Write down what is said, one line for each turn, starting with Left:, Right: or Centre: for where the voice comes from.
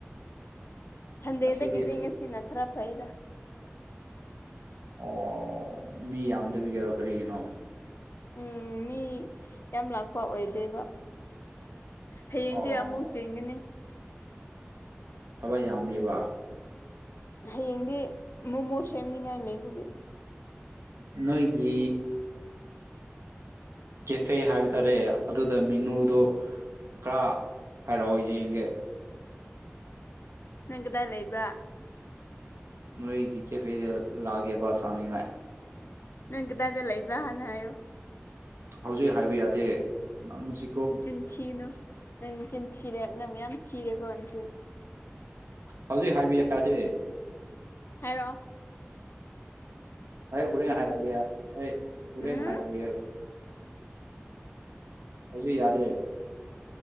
Left: ꯁꯟꯗꯦꯗꯒꯤꯗꯤ
Right: ꯉꯁꯤꯗꯤ ꯐꯖ
Left: ꯉꯁꯤꯅ ꯈꯔ ꯐꯩꯗ
Right: ꯑꯣ ꯃꯤ ꯌꯥꯝꯗꯕꯤꯒꯤꯔꯣ ꯀꯔꯤꯒꯤꯅꯣ
Left: ꯎꯝ ꯃꯤ ꯌꯥꯝ ꯂꯥꯛꯄ ꯑꯣꯏꯗꯦꯕ ꯍꯌꯦꯡꯗꯤ
Right: ꯑꯣ
Left: ꯑꯃꯨꯛ ꯆꯤꯟꯒꯅꯤ
Right: ꯊꯕꯛ ꯌꯥꯝꯃꯤꯕ
Left: ꯍꯌꯦꯡꯗꯤ ꯃꯣꯃꯣ ꯁꯦꯝꯅꯤꯉꯥꯏ ꯂꯩꯕꯒꯤ
Right: ꯅꯣꯏꯒꯤ ꯀꯦꯐꯦ ꯍꯥꯏꯕ ꯇꯥꯔꯦ ꯑꯗꯨꯗ ꯃꯤꯅꯨꯗꯣ ꯈꯔ ꯍꯥꯏꯔꯛꯑꯣ ꯌꯦꯡꯒꯦ
Left: ꯅꯪ ꯀꯗꯥꯏ ꯂꯩꯕ꯭ꯔꯥ
Right: ꯅꯣꯏꯒꯤ ꯀꯦꯐꯦꯗ ꯂꯥꯛꯒꯦꯕ ꯆꯥꯅꯤꯉꯥꯏ
Left: ꯅꯪ ꯀꯗꯥꯏꯗ ꯂꯩꯕ꯭ꯔꯥ ꯍꯥꯟꯅ ꯍꯥꯏꯌꯨ
Right: ꯍꯧꯖꯤꯛ ꯍꯥꯏꯕ ꯌꯥꯗꯦ ꯅꯪꯁꯤ
Left: ꯅꯆꯤꯟ ꯊꯤꯅꯣ ꯅꯪ ꯆꯤꯟ ꯊꯤꯔꯦ ꯅꯪ ꯃꯌꯥꯝ ꯊꯤꯔꯦꯀꯣ ꯅꯆꯤꯟ
Right: ꯍꯧꯖꯤꯛ ꯍꯥꯏꯕ ꯌꯥꯗꯦ
Left: ꯍꯥꯏꯔꯛꯑꯣ
Right: ꯑꯩ ꯍꯨꯔꯦꯟ ꯍꯥꯏꯔꯛꯑꯒꯦ ꯑꯩ ꯍꯨꯔꯦꯟ
Left: ꯎꯝ
Right: ꯍꯥꯏꯔꯛꯑꯒꯦꯕ ꯍꯧꯖꯤꯛ ꯌꯥꯗꯦ